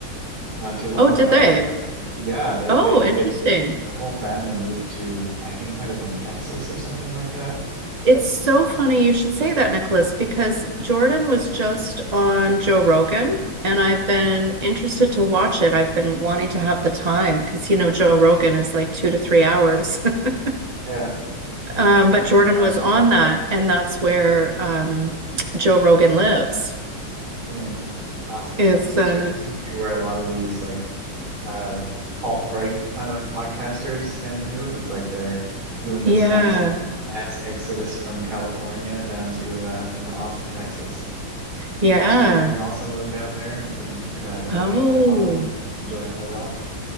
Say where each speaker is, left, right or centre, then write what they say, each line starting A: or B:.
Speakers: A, on the right; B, on the right.
A: Not too long
B: oh,
A: ago.
B: did they?
A: Yeah, they
B: Oh,
A: they
B: interesting.
A: they the whole family moved to I think it might have been Texas or something like that.
B: It's so funny you should say that, Nicholas, because Jordan was just on Joe Rogan, and I've been
A: Yeah,
B: interested to watch it. I've been wanting to have the time because, you know, Joe Rogan is like two to three hours. <laughs>
A: yeah.
B: Um,
A: yeah.
B: but Jordan
A: I've watched
B: was on
A: lots of places
B: that,
A: before.
B: and that's where um, Joe Rogan lives.
A: Hmm. Austin,
B: Is
A: Texas,
B: uh,
A: right? Seems to be where a lot of these like uh alt-right kind of podcasters tend to move. It's like they're doing this
B: yeah,
A: max ex mass exodus from California down to uh down to Austin, Texas.
B: yeah.
A: Lex Friedman also moved down there. He's a a guy that
B: Oh.
A: I, I follow and enjoy quite a lot.